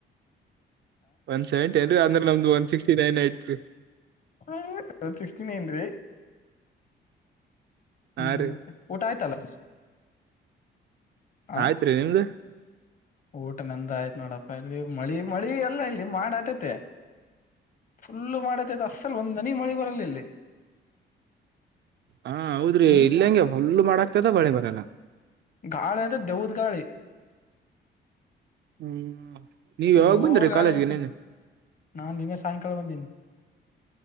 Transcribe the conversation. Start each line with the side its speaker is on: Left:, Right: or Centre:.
Right: ಒನ್ ಸೆವೆಂಟಿ ಅಏ್ರರಿ ಅಂದ್ರೆ ನಮ್ದು ಒನ್ ಸಿಕ್ಸ್ಟಿ ನೈನ್ ಐತ್ರಿ
Left: ಹ ಸಿಸಿನ ಏನ್ರಿ ಹ್ಮ್
Right: ಹಾ ರೀ
Left: ಮತ್ತೆ ಊಟ ಆಯ್ತಲ್ಲ ಆ
Right: ಆಯ್ತ್ರಿೀ ನಿಮ್ದು
Left: ಊಟ ನಂದ ಆಯ್ತ್ ನೋಡಪ್ಪ ಇಲ್ಲಿ ಮಳಿ ಮಳಿ ಎಲ್ಲ ಇಲ್ಲಿ ಮಾಡ ಅತೇತೆ ಫುಲ್ಲು ಮಾಡದದು ಅಸಲ್ ಒಂದ್ನ ಮಳಿ ಬರಲ್ಲ ಇಲ್ಲಿ
Right: ಹಾ ಹೌದ್ರಿ
Left: ಹ್ಮ್
Right: ಇಲ್ಲಂಗೆ ಫುಲ್ಲು ಮಾಡಾಕ್ತದ ಬಳೆ ಬರಲ್ಲ
Left: ಗಾಳಿ ಅಂದ್ರೆ ದೌದ ಗಾಳಿ
Right: ಹ್ಮ್ ನೀವ್ ಯಾವಾಗ
Left: ದೋರ್
Right: ಬಂದ್ರಿ
Left: ಗಾಳಿ
Right: ಕಾಲೇಜ್ಗೆ
Left: ಉರ್್ದ
Right: ನಿನ್ನೆ
Left: ನಾನ್ ನಿನ್ನೆ ಸಾಯಂಕಾಲ ಬಂದೇನಿ